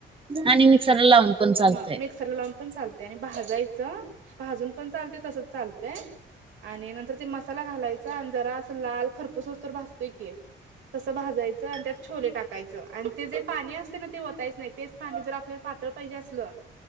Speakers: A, on the right; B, on the right.
A: आणि मिक्सरला लावून पण चालतय
B: हा मिक्सरला लावून पण चाल आणि भाजायचं भाजून पण चालते तसच चालतय आणि नंतर ते म ला घालायचा आणि असं लाल खरपूस होउस तर भाजतय की. तसं भाजायचं आणि त्यात छोले टाकायचं आणि ते जे पाणी असते ना ते वतायच नाही. तेच पाणी जर आपल्याला पातळ पाहिजे असलं